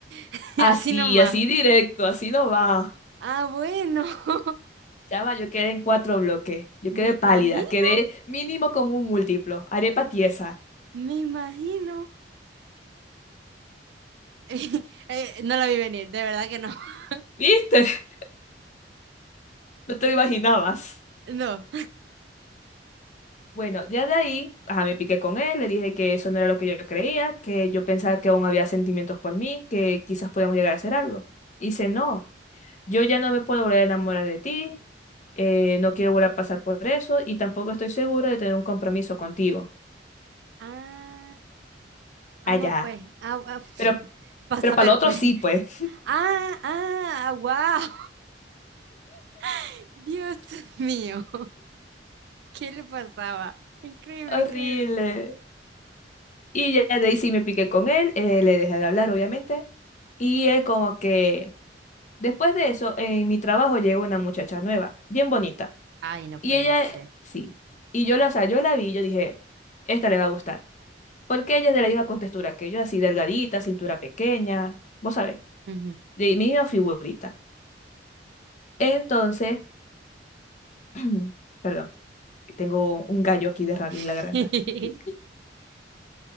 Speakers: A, on the right; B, on the left.
A: <laughs>
B: así,
A: así nomás.
B: así directo, así no va.
A: Ah, bueno, <laughs>
B: Chama, yo quedé en cuatro bloques, yo
A: me
B: quedé
A: imagino.
B: pálida, quedé mínimo como un múltiplo, arepa tiesa.
A: Me imagino. <laughs> Eh, no la vi venir, de verdad que no. <laughs>
B: ¿Viste? <laughs> No te lo imaginabas.
A: No.
B: Bueno, ya de ahí, ajá, me piqué con él, le dije que eso no era lo que yo creía, que yo pensaba que aún había sentimientos por mí, que quizás podíamos llegar a hacer algo. Y dice, no, yo ya no me puedo volver a enamorar de ti, eh, no quiero volver a pasar por eso y tampoco estoy seguro de tener un compromiso contigo.
A: Ah, ah,
B: Allá.
A: no, pues. Ah, ah <laughs>
B: Pero,
A: para
B: pero
A: saber,
B: para lo otro
A: pues.
B: sí, pues.
A: Ah, ah, wow. <laughs> Dios mío. <laughs> ¿Qué le pasaba? Increíble,
B: <laughs> Horrible.
A: increíble.
B: Y ya de ahí sí me piqué con él, eh, le dejé de hablar, obviamente. Y él como que, después de eso, en mi trabajo llegó una muchacha nueva, bien bonita.
A: Ay, no
B: Y
A: puede
B: ella,
A: ser.
B: sí. Y yo la, o sea, yo la vi y yo dije, esta le va a gustar. Porque ella es de la misma contextura que yo, así delgadita, cintura pequeña, vos sabéis,
A: Ujú.
B: de mi misma figurita. Entonces, <clears throat> perdón, que tengo un gallo aquí de rabia
A: <laughs>
B: en la garganta. <laughs>